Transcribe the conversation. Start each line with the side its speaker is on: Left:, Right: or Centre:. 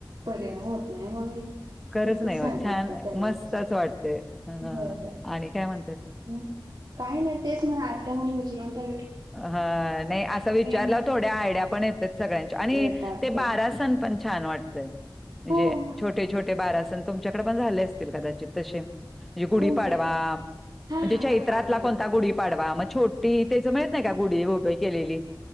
Right: परिणाम होत नाही बघ
Centre: खरंच
Right: तेि ते
Centre: नाही
Right: छान
Centre: होत
Right: वाटतात त्यावेचार
Centre: मस्तच वाटते अ
Right: होय होय
Centre: आणि काय म्हणतेस
Right: काही नाही तेच म्हण आत्या म्ह विजरणता
Centre: हा नाही असं विचारलं
Right: म्हटलं
Centre: थोड्या आयडिया पण येतात सगळ्यांच्या आणि
Right: येतात
Centre: ते
Right: होय
Centre: बारा सण प छान वाटतय म्हणजे
Right: हो मग
Centre: छोटे छोटे बारासन तुमच्याकडे पण झाले असतील कदाचित तसे म्हणजे गुढीपाडवा
Right: कोणते हा
Centre: म्हणजे
Right: हा
Centre: चैत्रातला
Right: हा हा हो
Centre: कोणता
Right: हो
Centre: गुढी पाडवा मग छोटी त्याच म्ह का गुढी केलेली